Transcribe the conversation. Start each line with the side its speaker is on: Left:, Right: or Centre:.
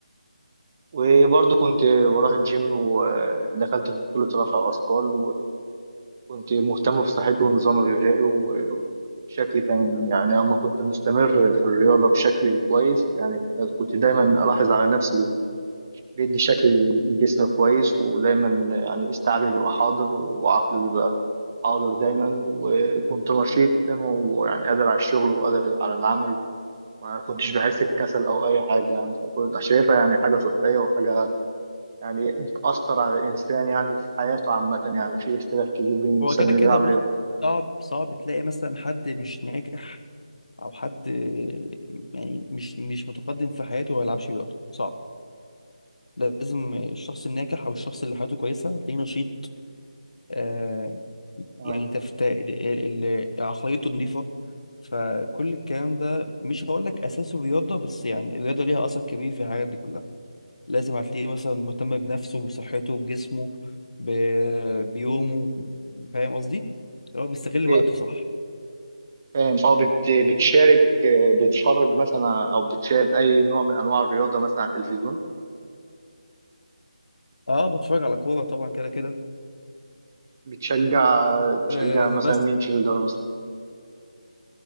Right: وبرضه كنت بروح الجيم ودخلت في بطوله رفع اثقال وكنت مهتم بصحتي والنظام الغذائي و- وشكلي كان يعني اما كنت مستمر في الرياضه بشكل كويس يعني كنت دايما الاحظ على نفسي بيدي شكل جسم كويس ودايما يعني استيعابي بيبقى حاضر وعقلي بيبقى حاضر دايما وكنت نشيط دايما ويعني قادر على الشغل وقادر على العمل ما كنتش بحس بكسل أو أي حاجة يعني فكنت شايفها يعني حاجة صحية وحاجة يعني بتأثر على الإنسان يعني في حياته عامة يعني في اختلاف كبير بين الإنسان
Left: هو كده
Right: اللي
Left: كده
Right: بيلعب
Left: بص
Right: رياضة
Left: صعب صعب تلاقي مثلا حد مش ناجح او حد أه، يعني مش مش متقدم في حياته وما يلعبش رياضه صعب لازم الشخص الناجح او الشخص اللي حياته كويسه تلاقيه نشيط آه
Right: تمام
Left: يعني تفت... ال- ال- ال- عقليته نظيفه فكل الكلام ده مش هقول لك اساسه رياضه بس يعني الرياضه ليها اثر كبير في الحاجات دي كلها لازم هتلاقيه مثلا مهتم بنفسه وصحته بجسمه ب... بيومه فاهم قصدي هو بيستغل
Right: إيه،
Left: وقته صح
Right: فاهم اه بت- بتشارك آه، بتتفرج مثلا أو بتشاهد أي نوع من أنواع الرياضة مثلا على التلفزيون
Left: اه بتفرج على كوره طبعا كده كده
Right: بتشجع تشجع
Left: آه
Right: مثلا
Left: بس
Right: مين في الدوري مثلا